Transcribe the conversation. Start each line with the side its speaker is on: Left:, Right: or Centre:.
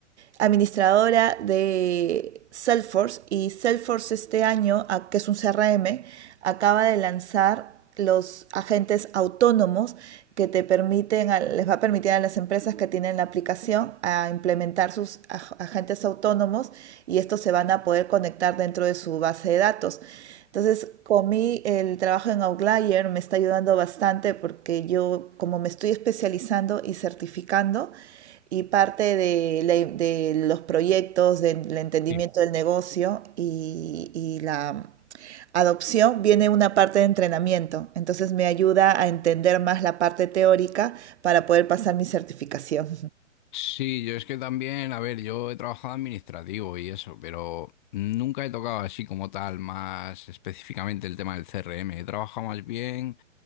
Right: administradora de Salesforce y Salesforce este año, que es un CRM, acaba de lanzar los agentes autónomos que te permiten, les va a permitir a las empresas que tienen la aplicación a implementar sus agentes autónomos y estos se van a poder conectar dentro de su base de datos. Entonces, con mí el trabajo en Outlier me está ayudando bastante porque yo, como me estoy especializando y certificando, y parte de, la- de los proyectos, del entendimiento
Left: Sí.
Right: del negocio y, y la adopción, viene una parte de entrenamiento. Entonces me ayuda a entender más la parte teórica para poder pasar mi certificación.
Left: Sí, yo es que también, a ver, yo he trabajado administrativo y eso, pero nunca he tocado así como tal, más específicamente el tema del CRM. He trabajado más bien